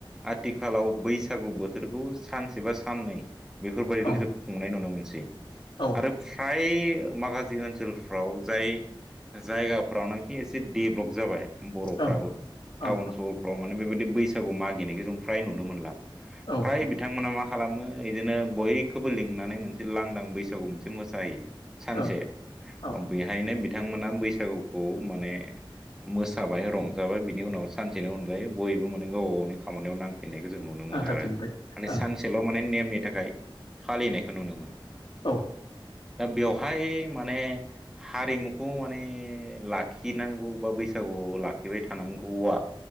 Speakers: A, in the centre; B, on the left.
A: आथिखालाव बैसागु बोथोरखौ सानसे बा साननै बेफोरबायदिल
B: ओं
A: जों खुंनाय नुनो मोनसै
B: ओं औ
A: आरो फ्राय माखासे ओनसोल फोराव जाय जायगाफोरावनोखि एसे देभलप जाबाय बरफ्राबो
B: ओं औ
A: टाउन सहरफ्राव माने बेबायदि बैसागु मागिनायखौ जों फ्राय नुनो मोनला।
B: औ ओं
A: फ्राय
B: औ
A: बिथांमोना मा खालामो इदिनो बयखौबो लिंनानै मोनसे लांदां बैसागु मोनसे मोसाहायो सानसे
B: ओं औ
A: बेहायनो बिथांमोना बैसागुखौ माने मोसाबाय रंजाबाय बिनि उनाव सानसेनो अनगायै बयबो माने गावबा गावनि खामानियाव नां फिननायखौ जों नुनो मोनो
B: नांथाफिनबाय
A: आरो माने
B: ओं
A: सानसेल माने नेमनि थाखाय फालिनायखौ नुनो मोनो।
B: औ।
A: दा बेवहाय माने हारिमुखौ माने लाखिनांगौ बा बैसागु खौ लाखिबाय थानांगौआ